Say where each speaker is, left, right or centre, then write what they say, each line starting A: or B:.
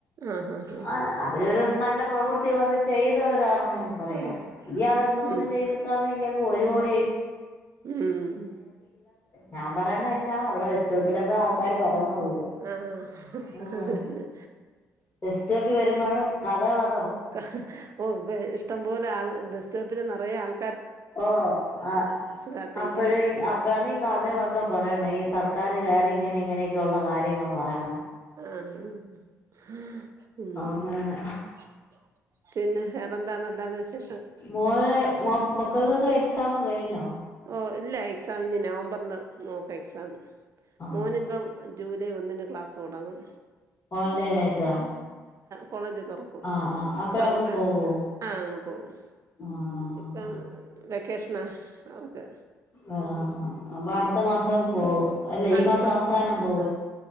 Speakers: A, on the right (about 50°); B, on the left (about 35°).
A: ആഹ് ആഹ്
B: ആ അവരൊരു നല്ല പ്രവൃത്തികളൊക്കെ ചെയ്തവരാണെന്നെങ്കിലും പറയാം
A: ആഹ്
B: ഇയാൾെന്തോന്ന്
A: ഉം
B: ചെയ്ത്ട്ടാണ് ഇയാക്ക് വോ
A: ഉം
B: ഞാ അവിടെ വെസ്റ്റോപ്പിലൊക്കെ
A: ആഹ്
B: ആൾക്കാര് പറയുന്നൊള്ളു
A: ആഹ്
B: ഉം
A: അത് തന്നെ
B: ബെസ്റ്റോപ്പി വരുമ്പോണ് കഥകളൊ
A: ക ഹ് ഓ വെ ഇഷ്ടം പോലെ ആള് ബസ്റ്റോപ്പില് നറയെ ആള്
B: ഓ അ
A: കാത്തിരിക്കാൻ
B: അപ്പഴെ അപ്പഴാണ് ഈ കഥകളൊക്കെ പറയണേ ഈ സർക്ക ക്കാറ് ക്കാറ് ഇങ്ങനെ ഇങ്ങനെയൊക്കെ ഉള്ള കാര്യങ്ങൾ പറയണെ
A: ആ ഹ മ്
B: അങ്ങനെ
A: മ് പിന്നെ വേറെന്താണ് അല്ലാതെ വിഷ
B: മോനെ മോക്ക് മക്കൾക്കൊക്കെ എക്സാം കഴിഞ്ഞോ
A: ഇപ്പ ഇല്ല എക്സാം ഇനി നവംബറിൽ നോക്കാ എക്സാം.
B: ആ
A: മോന് ഇപ്പം ജൂലൈ ഒന്നിന് ക്ലാസ് ടങ്ങും
B: ഓൺലൈൻ ആയിട്ടാ
A: കോളേജ് തുറക്കും
B: ആ ആ അപ്പഴ
A: ഇപ്പൊ
B: അങ്ങ്
A: അവർക്ക്
B: പോവോ
A: ആഹ് അങ്ങ് പോകും
B: ആ
A: ഇപ്പം
B: ആ
A: വെക്കേഷനാ അവക്ക്
B: ഒ ആ ആ അപ്പൊ അട്ത്ത മാസം പോവു അല്ല
A: ആഹ്
B: ഈ മാസം അവ